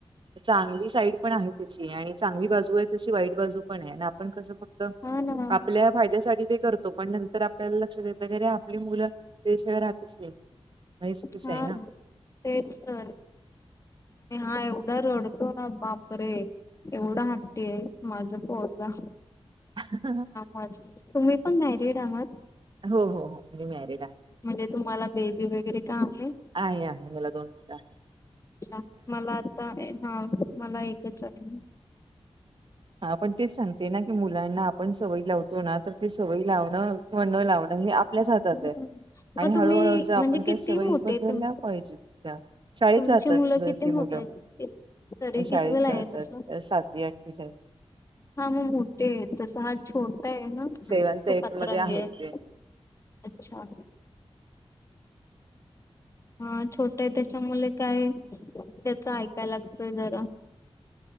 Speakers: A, on the right; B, on the left.
A: चांगली साईड पण आहे त्याची आणि चांगली बाजू आहे तशी वाईट बाजू पण आहे आणि आपण कसं फक्त
B: हा ना.
A: आपल्या फायद्यासाठी ते करतो पण नंतर आपल्याला लक्षात येतं की अरे आपली मुलं त्याशिवाय राहतच नाही म्हणजे चुकीचं
B: हा
A: आहे ना
B: तेच तर आणि हा एवढा रडतो ना बापरे एवढं हट्टी आहे माझं पोरगा
A: हा
B: मज तुम्ही पण मॅरीड आहात
A: हो हो हो मी मॅरिड आहे
B: म्हणजे तुम्हाला बेबी वगैरे का आहे?
A: आहे आहे मला दोन मुलं आहे.
B: अच्छा मला आता हा मला एकच आहे.
A: हा पण तेच सांगते ना की मु मुलांना आपण सवयी लावतो ना तर ती सवयी लावनं किंवा न लावनं हे आपलं आपल्याच हातात
B: हम्म
A: आहे. आणि
B: मग तुम्ही
A: हळूहळू जर आपण
B: म्हणजे किती
A: त्या सवयी
B: मोठे
A: बदल्या.
B: तुम
A: होय जी, त्या शाळेत
B: तुमची
A: जातात
B: मुलं किती
A: ती मुलं,
B: मोठे आहेत तरी
A: शाळेत
B: कितवीला
A: जातात.
B: आहे तसं
A: सातवी आठवी <unintelligible>
B: हा मग मोठे आहेत. तस हा छोटा आहे ना
A: सेव्हन्थ
B: तो
A: एट
B: पतरंगी
A: मध्ये आहेत
B: आहे.
A: ते.
B: अच्छा, हा छोट आहे त्याच्या मुळ काय, त्याच ऐकाय लागतय जरा.